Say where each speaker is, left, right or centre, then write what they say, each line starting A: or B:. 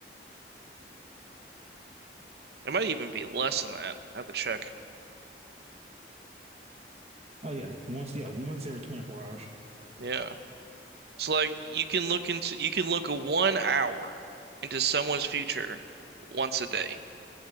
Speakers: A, on the right; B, on the right.
A: It might even be less than that. I have to check.
B: Oh yeah, once yeah, once every 24 hours.
A: Yeah. So like you can look into you can look one hour into someone's future once a day.